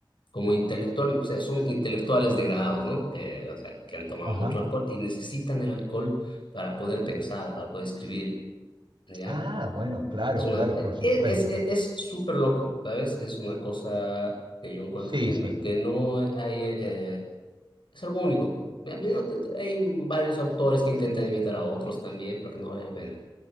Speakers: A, on the left; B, on the right.
A: como intelectual, o sea, son intelectuales degradados, ¿no? Que, o sea, que han tomado
B: Ajá.
A: mucho alcohol y necesitan el alcohol para poder pensar, para poder escribir, ¿ya?
B: Ah, bueno, claro,
A: Es una,
B: claro,
A: e-
B: por supuesto.
A: e- es, e- es, súper loco, ¿sabes? Es una cosa que yo encuentro
B: Sí,
A: que,
B: sí.
A: no- que no hay, eh, es algo único. Me- me- te- te- Hay varios autores que intentan imitar a otros también, pero que no vale la pena.